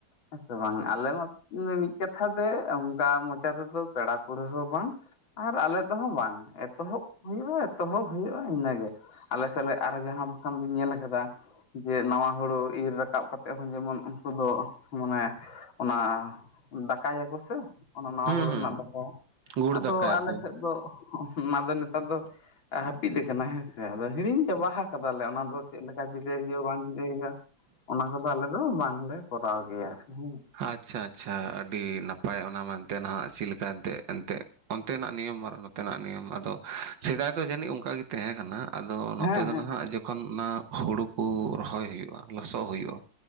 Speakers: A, on the left; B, on the right.
A: ᱦᱮᱸ ᱥᱮ ᱵᱟᱝ ᱟᱞᱮ ᱢᱟ <unintelligible> ᱢᱤᱜ ᱠᱟᱛᱷᱟ ᱛᱮ ᱚᱝᱠᱟ ᱢᱚᱪᱟ ᱛᱮᱫᱚ ᱯᱮᱲᱟ ᱯᱟᱹᱲᱦᱟᱹ ᱦᱚᱸ ᱵᱟᱝ ᱾ ᱟᱨ ᱟᱞᱮ ᱛᱮᱦᱚᱸ ᱵᱟᱝ ᱮᱛᱚᱦᱚᱵ ᱦᱩᱭᱩᱜᱼᱟ ᱮᱛᱚᱦᱚᱵ ᱦᱩᱭᱩᱜᱼᱟ ᱤᱱᱟᱹ ᱜᱮ ᱾ ᱟᱞᱮ ᱥᱮ ᱞᱮᱜ ᱟᱨᱚ ᱡᱟᱦᱟᱸ ᱵᱟᱠᱷᱟᱱ ᱵᱤᱱ ᱧᱮᱞ ᱠᱟᱫᱟ ᱡᱮ ᱱᱟᱶᱟ ᱦᱳᱲᱳ ᱤᱨᱻ ᱨᱟᱠᱟᱵ ᱠᱟᱛᱮᱜ ᱦᱚᱸ ᱡᱮᱢᱚᱱ ᱩᱱᱠᱩ ᱫᱚ ᱢᱟᱱᱮ ᱚᱱᱟ ᱫᱟᱠᱟᱭᱟᱠᱚ ᱥᱮ ᱾ ᱚᱱᱟ ᱱᱟᱣᱟ
B: ᱦᱩᱸ
A: ᱦᱳᱲᱳ
B: ᱦᱩᱸ
A: ᱨᱮᱱᱟᱜ ᱫᱟᱠᱟ
B: ᱜᱩᱲ
A: ᱟᱫᱚ
B: ᱫᱟᱠᱟᱭᱟᱠᱚ
A: ᱟᱞᱮᱥᱮᱫ ᱫᱚ ᱾ ᱚᱱᱟᱫᱚ ᱱᱮᱛᱟᱨ ᱫᱚ ᱦᱟᱹᱯᱤᱫ ᱠᱟᱱᱟ ᱦᱮᱸᱥᱮ ᱟᱫᱚ ᱦᱤᱲᱤᱧ ᱾ ᱪᱟᱵᱟᱦᱟ ᱠᱟᱫᱟᱞᱮ ᱚᱱᱟ ᱫᱚ ᱪᱮᱜ ᱞᱮᱠᱟ ᱪᱤᱠᱟᱹᱭ ᱦᱩᱭᱩᱜᱼᱟ ᱵᱟᱝ ᱪᱤᱠᱟᱹᱭ ᱦᱩᱭᱩᱜᱼᱟ ᱾ ᱚᱱᱟ ᱠᱚᱫᱚ ᱟᱞᱮ ᱫᱚ ᱵᱟᱝᱞᱮ ᱠᱚᱨᱟᱣ ᱜᱮᱭᱟ ᱦᱩᱸ ᱾
B: ᱟᱪᱪᱷᱟ ᱟᱪᱪᱷᱟ ᱟᱹᱰᱤ ᱱᱟᱯᱟᱭ ᱚᱱᱟ ᱢᱟᱱ ᱛᱮᱱ ᱱᱟᱦᱟᱜ ᱪᱤᱞ ᱠᱟ ᱫᱮᱜ ᱮᱱᱛᱮᱫ ᱾ ᱚᱱᱛᱮᱱᱟᱜ ᱱᱤᱭᱚᱢ ᱟᱨ ᱱᱚᱛᱮᱱᱟᱜ ᱱᱤᱭᱚᱢ ᱟᱫᱚ ᱾ ᱥᱮᱫᱟᱭ ᱫᱚ ᱡᱟᱹᱱᱤᱡ ᱚᱝᱠᱟ ᱜᱮ ᱛᱟᱦᱮᱸ ᱠᱟᱱᱟ ᱟᱫᱚ ᱱᱚᱛᱮ
A: ᱦᱮᱸ
B: ᱫᱚ
A: ᱦᱮᱸ
B: ᱱᱟᱦᱟᱜ ᱡᱚᱠᱷᱚᱱ ᱚᱱᱟ ᱦᱩᱲᱩ ᱠᱚ ᱨᱚᱦᱚᱭ ᱦᱩᱭᱩᱜᱼᱟ ᱞᱚᱥᱚᱜ ᱦᱩᱭᱩᱜᱼᱟ